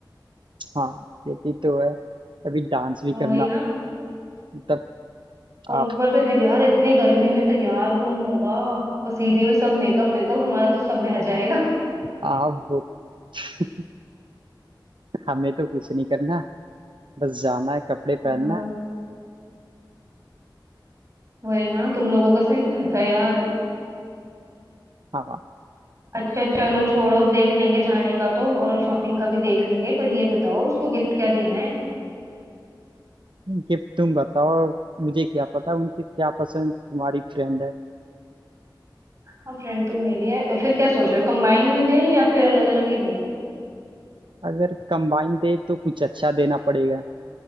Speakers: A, on the right; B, on the right.
A: हाँ ये भी तो है अभी डांस भी
B: वही
A: करना
B: ना
A: मतलब आप
B: और ऊपर से फिर यार इतनी गर्मी में तैयार कौन होगा पसीने में सब मेकअप वेकअप हमारा तो सब बह जाएगा
A: आप वो- <laughs> हमें तो कुछ नहीं करना बस जाना है कपड़े पहनना
B: हाँ
A: है
B: वही ना तुम लोगों का सही रहता है यार
A: हाँ
B: अच्छा चलो छोड़ो देख लेंगे जाने का तो और शॉपिंग का भी देख लेंगे पर ये बताओ उसको गिफ्ट क्या देना
A: कि तुम बताओ मुझे क्या पता उनके क्या पसंद तुम्हारी फ्रेंड है
B: हाँ फ्रेंड तो मेरी है ए, फिर क्या सोच रहे हो कंबाइन में दें या फिर अलग अलग ही दें
A: अगर कंबाइन दे तो कुछ अच्छा देना पड़ेगा